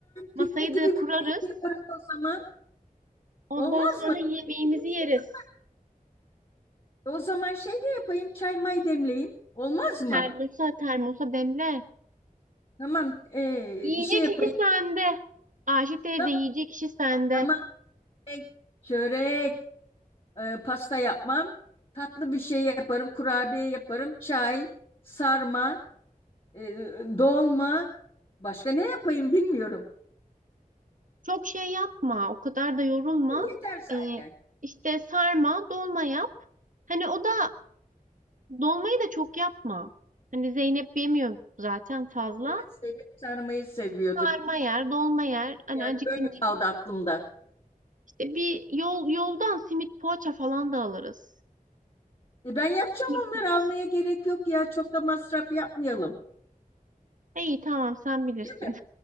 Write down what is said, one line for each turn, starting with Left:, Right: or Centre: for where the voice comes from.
Right: Masayı
Left: Piknik gibi
Right: da kurarız.
Left: bir şey de yaparız o zaman.
Right: Ondan
Left: Olmaz
Right: sonra
Left: mı?
Right: yemeğimizi
Left: Piknik gibi bir şey
Right: yeriz.
Left: yap- O zaman şey de yapayım çay may demleyeyim. Olmaz mı?
Right: Termosa termosa demle.
Left: Tamam ee,
Right: Yiyecek
Left: şey yapayım.
Right: kişi sende. Ayşe teyze
Left: Tamam,
Right: yiyecek kişi sende.
Left: tamam. e, Çörek. e, pasta yapmam. Tatlı bir şey yaparım, kurabiye yaparım, çay, sarma, e, dolma. Başka ne yapayım bilmiyorum.
Right: Çok şey yapma. O kadar da yorulma.
Left: Bu yeter zaten.
Right: Ee, işte sarma, dolma yap. Hani o da dolmayı da çok yapma. Hani Zeynep yemiyor zaten fazla.
Left: Evet, Semih sarmayı seviyorduk.
Right: Sarma yer, dolma yer. Hani
Left: Yani
Right: acıkınca.
Left: öyle kaldı aklımda.
Right: işte bir yol yoldan simit poğaça falan da alırız.
Left: E, ben yapacağım
Right: Simit
Left: onları
Right: alırız.
Left: almaya gerek yok ya. Çok da masraf yapmayalım.
Right: İyi tamam sen bilirsin.
Left: Değil mi?